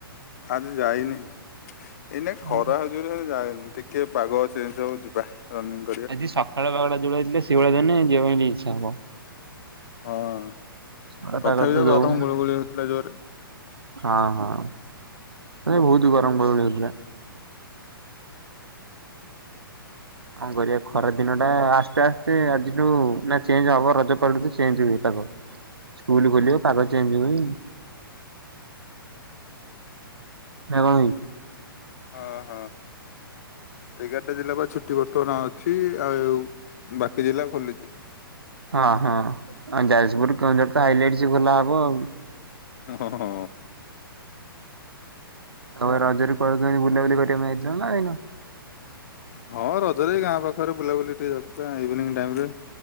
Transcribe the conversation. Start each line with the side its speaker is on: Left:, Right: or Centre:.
Left: ଆଜି ଯାଇନି ଏଇନା ଖରା
Right: ହଁ
Left: ହଜରି ଯାନିିକ ଟିକେ ପାଗ ସେ ସବୁ ଯିବା ରନିଙ୍ଗ
Right: ଆଜି ସକାଳେ କଗଡ ଯୋଡ ଯଥିଲେ ସେଇଭଳିଆ ଜଲେ ଯିବା ପାଇଁ ଇଚ୍ଛା ହବ।
Left: ହଁ
Right: ଖରା
Left: ତଥାପି
Right: ପାଗ ତ
Left: ଯ
Right: ଦଉନି
Left: ଗରମ ଗୁଳୁଗୁଳି ହେଉଥିଲା ଜୋରରେ।
Right: ହଁ ହଁ ମାନେ ବହୁତ ଗରମ ଗୁଳୁଗୁଳି ହଉଥିଲା। ହଁ କରିବା ଖରା ଦିନ ଟା ଆସ୍ତେ ଆସ୍ତେ ଆଜିଠୁ ନା ଚେଞ୍ଜ ହବ ରଜପାଲି ଚେଞ୍ଜ ହୁଏ ପାଗ। ସ୍କୁଲ ଖୋଲିବ ପାଗ ଚେଞ୍ଜ ହ
Left: <inaudible>
Right: ନା କ
Left: ହଁ ହଁ ଏଗାରଟା ଜିଲ୍ଲା ବା ଛୁଟି ବର୍ତ୍ତମାନ ଅଛି ଆଉ ବାକି ଜିଲ୍ଲା ଖୋଲିଛି।
Right: ହଁ ହଁ ଆ ଯାଜପୁର କେଉଁଝର ତ ହାଇଲାଇଟସି ଖୋଲା ହବ ଆଉ।
Left: ହଁ ହଁ।
Right: ଆଉ ଏ ରଜରେ କୁଆଡେ଼ କେମିତି ବୁଲାବୁଲି କରିବା ପାଇଁ ଯାଇ ଥିଲ ନା ଯାଇନ।
Left: ହଁ ରଜରେ ଏଇ ଗାଁ ପାଖରେ ବୁଲାବୁଲି ଟିକେ ଚାଲିଥିଲା ଇଭିନିଂ ଟାଇମି ରେ।